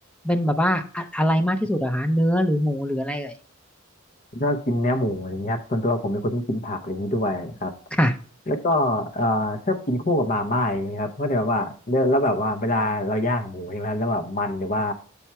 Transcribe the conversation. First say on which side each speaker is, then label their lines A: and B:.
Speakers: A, in the centre; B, on the left.
A: เป็นแบบว่าอะอะไรมากที่สุดเหรอคะเนื้อหรือหมูหรืออะไรเอ่ย
B: ผมชอบกินเนื้อหมูอะไรอย่างเงี้ยครับส่วนตัวผมเป็นคนที่กินผักอะไรอย่างนี้ด้วยครับ
A: ค่ะ
B: แล้วก็เอ่อชอบกินคู่กับมาม่าอย่างนี้ยครับก็เลยแบบว่าแล้วแล้วแบบว่าเวลาเราย่างหมูใช่ไหมครับแล้วแบบมันหรือว่า